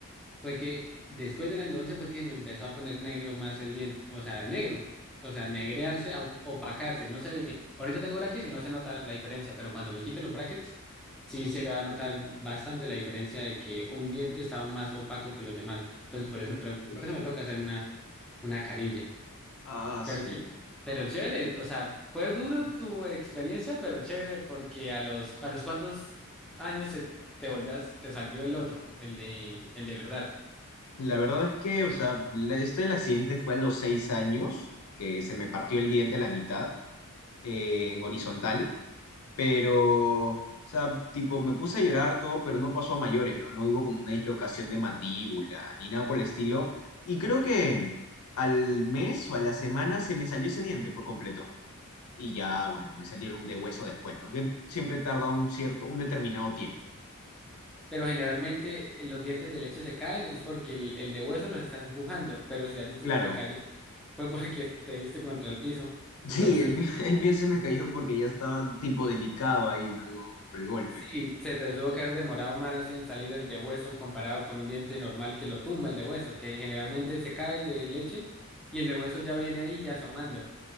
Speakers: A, in the centre; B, on the left.
A: fue que después de la endodoncia fue que me empezó a poner negro más el diente, o sea, negro, o sea, negrearse, a opacarse, no se ve. Ahorita tengo brackets y no se nota la diferencia, pero cuando me quite los brackets, sí se va a notar bastante la diferencia de que un diente estaba más opaco que los demás. Entonces, por eso
B: Uy,
A: creo, por eso me toca hacerme una, una carilla.
B: ah,
A: Pero,
B: su.
A: ché- pero chévere, o sea, fue duro tu experiencia, pero chévere, porque a los, a los cuantos años se- te volvías, te salió el otro, el de, el de verdad.
B: La verdad es que, o sea, la- esto del accidente fue a los seis años, que se me partió el diente a la mitad, eh, en horizontal, pero, o sea, tipo, me puse a llorar todo, pero no pasó a mayores, ¿no? No hubo como una dislocación de mandíbula, ni nada por el estilo. Y creo que al mes o a la semana se me salió ese diente por completo. Y ya, bueno, me salió el de hueso después, ¿no? Que siempre tarda un cierto, un determinado tiempo.
A: Pero generalmente eh, los dientes de leche se caen es porque el, el de hueso los está empujando, pero si a ti se
B: Claro,
A: te cayó <laughs> fue porque te diste contra el piso.
B: Sí,
A: Entonces,
B: el mío, el mío se me cayó porque ya estaba tipo delicado ahí, ¿no? Como por el golpe.
A: sí, se te tuvo que haber demorado más en salir el de hueso comparado con un diente normal que lo tumba el de hueso, que generalmente se cae el de leche y el de hueso ya viene ahí asomando.